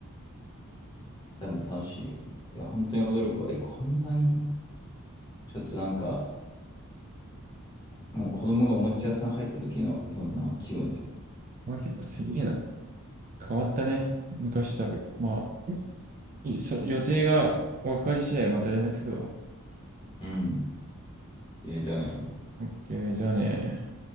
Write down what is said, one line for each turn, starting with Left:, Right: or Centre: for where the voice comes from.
Left: 多分楽しいよ。いや、本当に驚くわ。え、こんなにちょっとなんか、もう子供がおもちゃ屋さん入った時のような気分だよ。
Right: マジか、すげえな。変わったね。昔とは。まあ、いそ、予定が分かり次第また連絡するわ。
Left: うん。ええじゃあね。
Right: オッケー、じゃあね。